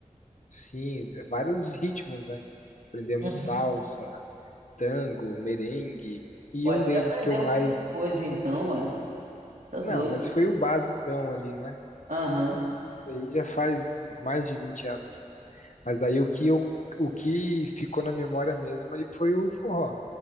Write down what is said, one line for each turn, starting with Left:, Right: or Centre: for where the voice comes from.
Left: Sim, vários ritmos, né? Aprendemos
Right: Uhum.
Left: salsa, tango, merengue, e
Right: Ué,
Left: um
Right: você
Left: deles
Right: aprendeu
Left: que eu mais.
Right: muita coisa então, ué. Tá doido.
Left: Não, mas foi o basicão ali, né?
Right: Aham,
Left: Aí já faz mais de 20 anos. Mas aí o que, eu, o que ficou na memória mesmo ali foi o forró.